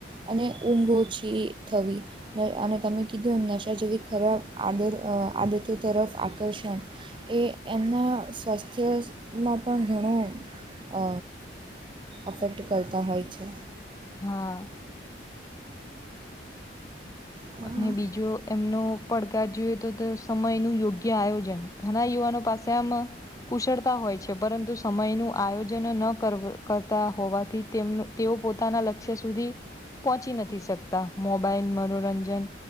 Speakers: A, on the right; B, on the left.
A: અને ઊંઘ ઓછી થવી અને તમે કીધું એમ નશા જેવી ખરાબ આદર આદતો તરફ આકર્ષણ એ એમના સ્વાસ્થ્યમાં પણ ઘણું અ અફેક્ટ કરતા હોય છે
B: હા
A: હા
B: અને બીજો એમનો પડકાર જોઈએ તો સમય નું યોગ્ય આયોજન ઘણા યુવાનો પાસે આમ કુશળતા હોય છે પરંતુ સમય નું આયોજન ન કરવા કરતા હોવાથી તેમનો તેઓ પોતાના લક્ષ્ય સુધી પહોંચી નથી શકતા મોબાઈલ મનોરંજન